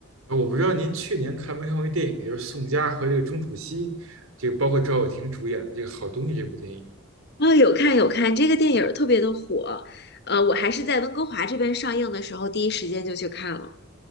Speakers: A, on the right; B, on the left.
A: 呃我不知道您去年看没看过一个电影，就是宋佳和这个钟楚曦，这个包括赵又廷主演的这个《好东西》这部电影。
B: 啊、有看有看，这个电影儿特别的火，呃，我还是在温哥华这边上映的时候，第一时间就去看了。